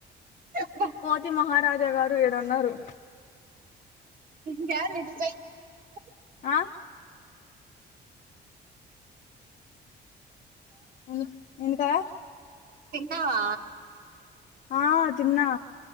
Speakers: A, on the right (about 50°); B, on the left (about 45°).
A: <inaudible>
B: కోతి మహారాజా గారు ఈడున్నారు
A: <inaudible>
B: ఆ హలో ఎందుకా
A: తిన్నావా
B: ఆ తిన్నా